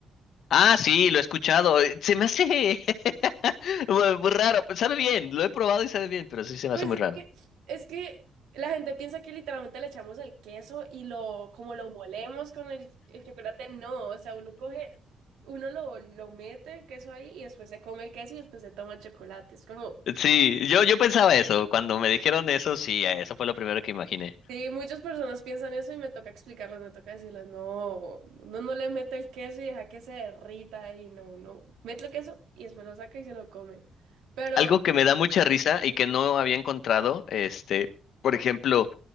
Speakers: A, on the left (about 70°); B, on the right (about 75°).
A: Ah, sí, lo he escuchado. eh, Se me hace <laughs> muy muy raro. pues, Sabe bien, lo he probado y sabe bien, pero sí se me
B: Pues
A: hace muy
B: es
A: raro.
B: que, es que la gente piensa que literalmente le echamos el queso y lo, como lo molemos con el, el chocolate, no, o sea, uno coge, uno lo, lo mete el queso ahí y después se come el queso y después se toma el chocolate. Es como,
A: Sí, yo, yo pensaba eso. Cuando me dijeron eso, sí, eh, eso fue lo primero que imaginé.
B: sí, muchas personas piensan eso y me toca explicarles, me toca decirles, no, no no le mete el queso y deja que se derrita ahí, no, no, mete el queso y después lo saca y se lo come. Pero,
A: Algo que me da mucha risa y que no había encontrado, este, por ejemplo.